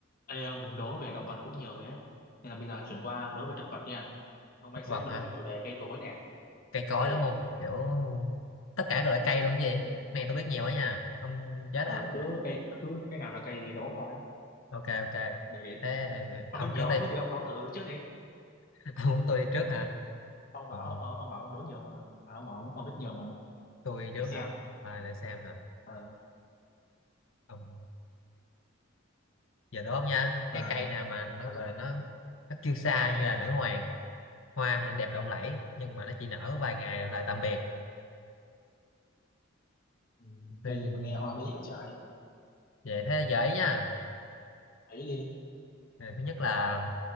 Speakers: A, on the left (about 45°); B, on the left (about 80°).
A: Ê ông, mình đố về động vật cũng nhiều rồi ấy. Nên là bây giờ chuyển qua đố về thực vật nha. Hôm nay
B: thực
A: sẽ
B: vật
A: đố
B: hả
A: về chủ đề cây cối nè.
B: cây cối
A: Ừ.
B: đúng không kiểu tất cả các loại cây luôn cái gì
A: Ừ.
B: này tôi biết nhiều á nha ông chết
A: Ờ,
B: à
A: cứ cây cứ cái nào là cây thì đố thôi.
B: ok ok
A: Để, để...
B: thế
A: Ông
B: ông
A: biết nhiều
B: trước đi
A: á, thế thì ông đố thử trước đi.
B: <laughs> ông muốn tôi đi trước hả
A: Ông bảo
B: ừ,
A: ờ, ông bảo ông đố nhiều mà. À, ông bảo ông, ông biết nhiều mà.
B: tôi đi trước
A: Để xem.
B: hả à, để xem nè
A: Ờ.
B: ông giờ đố ông nha
A: À,
B: cái cây nào mà nó
A: à.
B: gọi là nó nó kêu xa như là nữ hoàng hoa thì nó đẹp lộng lẫy nhưng mà nó chỉ nở vài ngày rồi lại tạm biệt
A: Ừ,
B: Tôi-
A: cây gì mà nghe hoa bí vậy trời.
B: vậy thế dễ nha
A: Thấy đi.
B: à, thứ nhất là